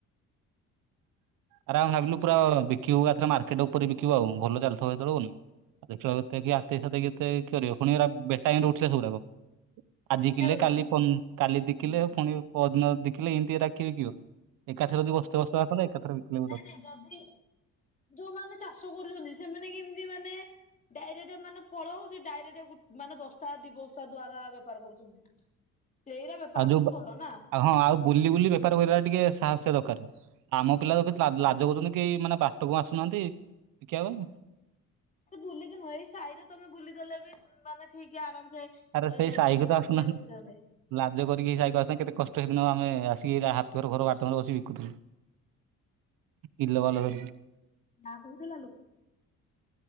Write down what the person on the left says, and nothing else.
ଖାଇଦେବି
ହୁଁ
ନାଇଁ ନାଇଁ ଯଦି ଯୋଉମାନେ ଚାଷ କରୁଛନ୍ତି ସେମାନେ କେମିତି ମାନେ ଡାଇରେକ୍ଟ ମାନେ ଫଳ ହଉଛି ଡାଇରେକ୍ଟ ମାନେ ବସ୍ତା ଦି ବସ୍ତା ଦ୍ଵାର ବେପାର କରୁଛନ୍ତି। ସେଇରା ବେପାର
କଲ ନା।
ହଁ।
ସେ ବୁଲିକି ନୁହେଁଇ ସାହିରେ ତମେ ବୁଲିଦେଲେ ବି ମାନେ ଠିକି ଆରାମ ଯ
ଏ
କିଲେ
ଦି
କିଲେ ରଖିଥାନ୍ତେ।
କାହାକୁ ହୋଇହି ଥିଲାଲୋ।